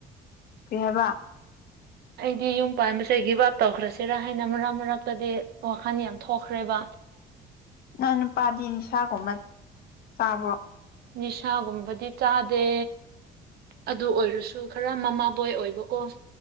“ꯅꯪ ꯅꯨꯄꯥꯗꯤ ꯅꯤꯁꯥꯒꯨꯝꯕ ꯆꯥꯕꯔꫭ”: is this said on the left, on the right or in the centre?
Left